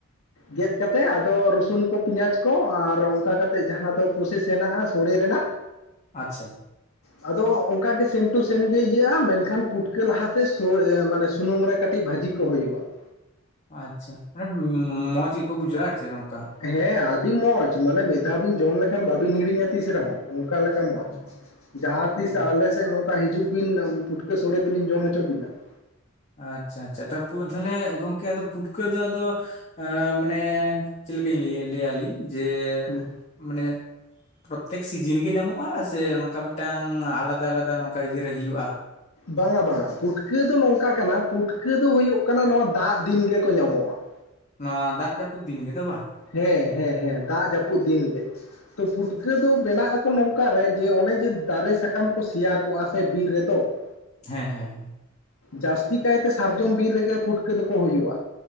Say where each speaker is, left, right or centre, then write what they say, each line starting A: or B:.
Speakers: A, on the left; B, on the left.
A: ᱜᱮᱫ ᱠᱟᱛᱮ ᱟᱫᱚ ᱨᱚᱥᱩᱱ ᱠᱚ ᱯᱮᱸᱭᱟᱪ ᱠᱚ, ᱟᱨ ᱚᱱᱠᱟ ᱠᱟᱛᱮ ᱡᱟᱦᱟᱸ ᱫᱚ ᱯᱨᱳᱥᱮᱥ ᱦᱮᱱᱟᱜ-ᱟ ᱥᱳᱲᱮ ᱨᱮᱱᱟᱜ
B: ᱟᱪᱪᱷᱟ
A: ᱟᱫᱚ ᱚᱱᱠᱟ ᱜᱮ ᱥᱮᱢ ᱴᱩ ᱥᱮᱢ ᱜᱮ ᱤᱭᱟᱹᱜ-ᱟ, ᱢᱮᱱᱠᱷᱟᱱ ᱯᱩᱴᱠᱟᱹ ᱞᱟᱦᱟᱛᱮ ᱥᱳ ᱤᱭᱟᱹ ᱢᱟᱱᱮ ᱥᱩᱱᱩᱢ ᱨᱮ ᱠᱟᱹᱴᱤᱡ ᱵᱷᱟᱹᱡᱤ ᱠᱚ ᱦᱩᱭᱩᱜ-ᱟ ᱾
B: ᱟᱪᱪᱷᱟ, ᱢᱟᱱᱮ ᱢᱚᱸᱡᱽ ᱜᱮᱠᱚ ᱵᱩᱡᱷᱟᱹᱜ-ᱟ ᱟᱨ ᱪᱮᱜ ᱱᱚᱝᱠᱟ ᱾
A: ᱦᱮᱸ, ᱟᱹᱰᱤ ᱢᱚᱸᱡᱽ, ᱢᱟᱱᱮ ᱢᱤᱫ ᱫᱷᱟᱹᱣ ᱵᱤᱱ ᱡᱚᱢ ᱞᱮᱠᱷᱟᱱ ᱵᱟᱵᱤᱱ ᱦᱤᱲᱤᱧᱟ ᱛᱤᱥ ᱨᱮᱦᱚᱸ ᱾ ᱚᱱᱠᱟ ᱞᱮᱠᱟ ᱢᱚᱸᱡᱽ,
B: ᱚ
A: ᱡᱟᱦᱟᱸ
B: ᱚ
A: ᱛᱤᱥ ᱟᱞᱮ ᱥᱮᱜ ᱱᱚᱝ ᱠᱟ ᱦᱤᱡᱩᱜ ᱵᱤᱱ ᱯᱩᱴᱠᱟᱹ ᱥᱳᱲᱮ ᱫᱚᱞᱤᱧ ᱡᱚᱢ ᱦᱚᱪᱚ ᱵᱤᱱᱟ ᱾
B: ᱟᱪᱪᱷᱟ ᱟᱪᱪᱷᱟ, ᱴᱟᱹᱯᱩ ᱛᱟᱦᱞᱮ ᱜᱚᱝᱠᱮ ᱟᱫᱚ ᱯᱩᱴᱠᱟᱹ ᱫᱚ ᱟᱫᱚ ᱟᱹ ᱢᱟᱱᱮ ᱪᱮᱫ ᱞᱮᱠᱟᱧ ᱞᱮᱭᱟ ᱞᱮᱭᱟ ᱞᱤᱧ ᱡᱮ,
A: ᱦᱮᱸ
B: ᱢᱟᱱᱮ ᱯᱨᱳᱛᱛᱮᱠ ᱥᱤᱡᱤᱱ ᱜᱮ ᱧᱟᱢᱚᱜ-ᱟ ᱥᱮ ᱱᱚᱝᱠᱟ ᱢᱤᱫᱴᱟᱝ ᱟᱞᱟᱫᱟ ᱟᱞᱟᱫᱟ ᱱᱚᱝᱠᱟ ᱤᱭᱟᱹ ᱨᱮ ᱦᱩᱭᱩᱜ-ᱟ?
A: ᱵᱟᱝᱟ ᱵᱟᱝᱟ, ᱯᱩᱴᱠᱟᱹ ᱫᱚ ᱱᱚᱝᱠᱟ ᱠᱟᱱᱟ, ᱯᱩᱴᱠᱟᱹ ᱫᱚ ᱦᱩᱭᱩᱜ ᱠᱟᱱᱟ ᱱᱚᱣᱟ ᱫᱟᱜ ᱫᱤᱱ ᱜᱮᱠᱚ ᱧᱟᱢᱚᱜ-ᱟ ᱾
B: ᱱᱚᱣᱟ ᱫᱟᱜ ᱡᱟᱹᱯᱩᱫ ᱫᱤᱱ ᱜᱮ ᱫᱚ ᱵᱟ?
A: ᱦᱮᱸ, ᱦᱮᱸ ᱦᱮᱸ ᱾ ᱫᱟᱜ ᱡᱟᱹᱯᱩᱫ ᱫᱤᱱ ᱜᱮ᱾ ᱛᱚ ᱯᱩᱴᱠᱟᱹ ᱫᱚ ᱵᱮᱱᱟᱜ ᱟᱠᱚ ᱱᱚᱝᱠᱟᱨᱮ ᱡᱮ, ᱚᱱᱮ ᱡᱮ ᱫᱟᱨᱮ ᱥᱟᱠᱟᱢ ᱠᱚ ᱥᱮᱭᱟ ᱠᱚᱜ-ᱟ ᱥᱮ ᱵᱤᱨ ᱨᱮᱫᱚ᱾ <inaudible>
B: ᱦᱮᱸ ᱦᱮᱸ ᱦᱮᱸ᱾
A: ᱡᱟᱹᱥᱛᱤ ᱠᱟᱭᱛᱮ ᱥᱟᱨᱡᱚᱢ ᱵᱤᱨ ᱨᱮᱜᱮ ᱯᱩᱴᱠᱟᱹ ᱫᱚᱠᱚ ᱦᱩᱭᱩᱜ-ᱟ,